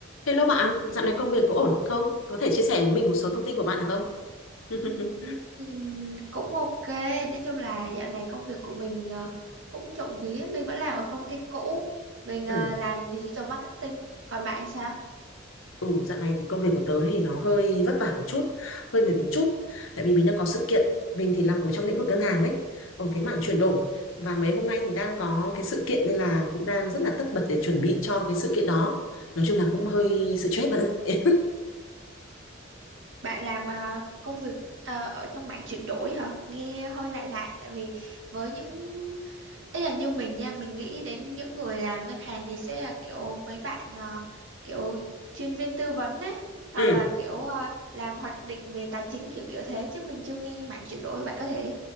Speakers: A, on the left (about 85°); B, on the right (about 70°).
A: Hello bạn, dạo này công việc có ổn không? Có thể chia sẻ với mình một số thông tin của bạn được không? <laughs>
B: Ừm, cũng ok nói chung là dạo này công việc của mình ờ, cũng trộm vía mình vẫn làm ở công ty cũ mình
A: ừ.
B: ờ, làm digital marketing còn bạn sao
A: ừ, dạo này thì công việc của tớ thì nó hơi vất vả một chút, hơi mệt một chút. Tại vì mình đang có sự kiện, mình thì làm ở trong lĩnh vực ngân hàng ấy, ở cái mảng chuyển đổi. Và mấy hôm nay thì đang có cái sự kiện nên là cũng đang rất là tất bật để chuẩn bị cho cái sự kiện đó. Nói chung là cũng hơi stress bạn ạ.
B: bạn làm ờ, công việc ờ, ở trong mảng chuyển đổi hả nghe hơi lạ lạ tại vì với những ý là như mình nha mình nghĩ đến những người làm ngân hàng thì sẽ là kiểu mấy bạn ờ, kiểu chuyên viên tư vấn á
A: <laughs>
B: hoặc
A: ừ.
B: là kiểu ờ, làm hoạch định về tài chính kiểu kiểu thế chứ mình chưa nghe mảng chuyển đổi bạn có thể